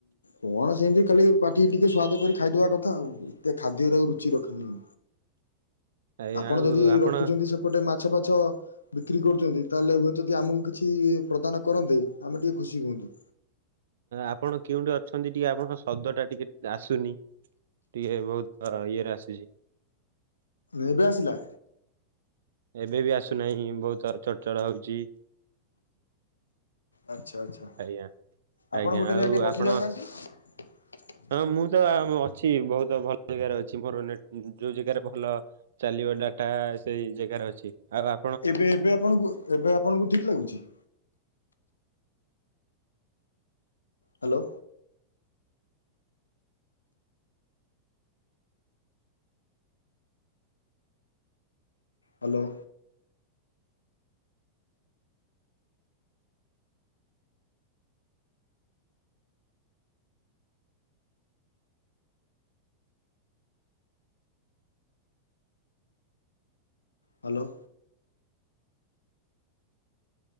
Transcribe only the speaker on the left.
କଣ ସେମିତି ଖାଲି ପାଟିକି ଟିକେ ସ୍ଵାଦ କରି ଖାଇଦବା କଥା ଆଉ। ଏତେ ଖାଦ୍ୟରେ ଆଉ ରୁଚି ରଖନି ହଁ।
ଆପଣ
ଯଦି
ରଖୁଛନ୍ତି ସେପଟେ ମାଛ ଫାଛ ବିକ୍ରି କରୁଛନ୍ତି ତାହେଲେ ଏବେ ଯଦି ଆମକୁ କିଛି ପ୍ରଦାନ କରନ୍ତେ ଆମେ ଟିକେ ଖୁସି ହୁଅନ୍ତୁ।
ଏବେ ଆସିଲା।
ଆଚ୍ଛା ଆଚ୍ଛା
ଆପଣ
ଗୋଟେ
ଜାଗାରେ ଟିକେ ବସି
ଯାଉନାହାନ୍ତି।
ଏବେ ଏବେ ଆପଣଙ୍କୁ ଏବେ ଆପଣଙ୍କୁ ଠିକ୍ ଲାଗୁଚି? ହ୍ୟାଲୋ। ହ୍ୟାଲୋ ହ୍ୟାଲୋ